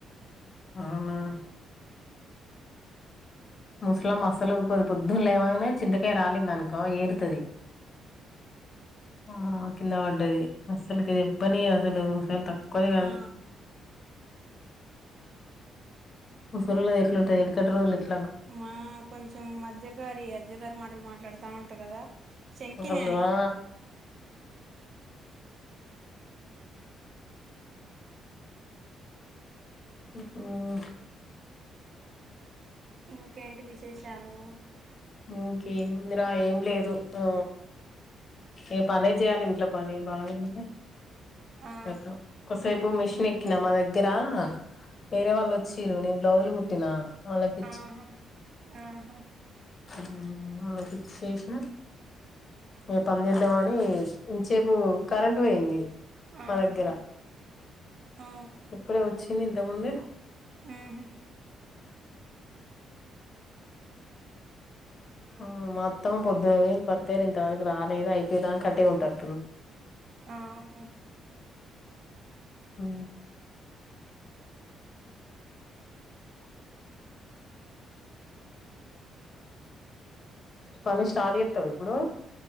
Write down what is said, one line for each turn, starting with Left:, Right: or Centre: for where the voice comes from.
Left: అవునా ముసలమ్మ అసలు వూకోదు పొద్దున లేవాగానే చింతకాయ రాలింది అనుకో ఏరుతది ఆ కింద వడ్డది అసలుకి ఎం పని అసలు ఫేల్తాం కొదిగాన్
Right: ఆ
Left: మూసల్లో ఎట్ల ఉంటాయి వెనకటి వాళ్లకి
Right: మా కొంచెం మజ్జగారి అజ్జగారి మాటలు మాట్లాడు దాంట కదా శంకిని
Left: వల్వా
Right: అని
Left: ఉహుం
Right: ఇంకేంటి విస్ పేష్రాను
Left: మ్ ఇంకేంముందిరా ఏం లేదు ఆ నేన్ పనే చేయాలి ఇంట్లో పని బాగుంటే.
Right: ఆ
Left: అటు కోసేపు మిష్ మిషన్ ఎక్కినా మా దగ్గర వేరే వాళ్ళు వచ్చిర్రు నేను బ్లౌజులు కుట్టినా వాళ్ళకి
Right: ఆహా ఆహా
Left: ఊ వాళ్ళకి ఇచ్చేసినా య పనిచేద్దాం అని ఇంతసేపు కరెంట్ పోయింది
Right: ఆహా
Left: మా దగ్గర
Right: ఆ
Left: ఇప్పుడే వచ్చి ఏంది ఇంతకు ముందే
Right: ఊహు
Left: ఆ అత్తమ్మ పొద్దున పోయింది పత్తి ఏరే అంతవరకు రాలేదు అయిపోయేదాంకా అటే ఉంటారు
Right: ఆహా
Left: ఊ పని స్టార్ట్ చేత్తావ ఇప్పుడు